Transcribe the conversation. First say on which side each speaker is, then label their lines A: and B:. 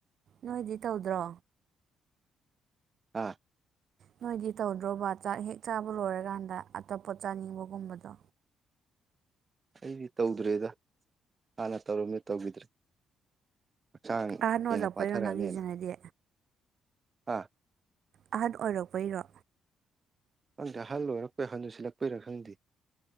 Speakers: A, on the right (about 60°); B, on the right (about 30°).
A: ꯅꯣꯏꯗꯤ ꯇꯧꯗ꯭ꯔꯣ
B: ꯑꯥ
A: ꯅꯣꯏꯗꯤ ꯇꯧꯗ꯭ꯔꯣꯕ ꯆꯥꯛ ꯍꯦꯛ ꯆꯥꯕ ꯂꯣꯏꯔꯀꯥꯟꯗ ꯑꯇꯣꯞꯄ ꯆꯥꯅꯤꯡꯕꯒꯨꯝꯕꯗꯣ
B: ꯑꯩꯗꯤ ꯇꯧꯗ꯭ꯔꯦꯗ ꯍꯥꯟꯅ ꯇꯧꯔꯝꯅꯤ ꯇꯧꯈꯤꯗ꯭ꯔꯦ ꯍꯛꯆꯥꯡ
A: ꯑꯥ ꯅꯣꯜꯂꯛꯄꯩꯅꯣ
B: ꯍꯦꯟꯅ ꯄꯥꯊꯔꯛꯑꯅꯦꯅ
A: ꯅꯪꯒꯤꯁꯤꯅꯗꯦ
B: ꯑꯥ
A: ꯑꯍꯟ ꯑꯣꯏꯔꯛꯄꯩꯔꯣ
B: ꯅꯪꯗꯤ ꯑꯍꯜ ꯑꯣꯏꯔꯛꯄꯩꯍꯟꯗꯨ ꯁꯤꯜꯂꯛꯄꯣꯏꯔꯥ ꯈꯪꯗꯦ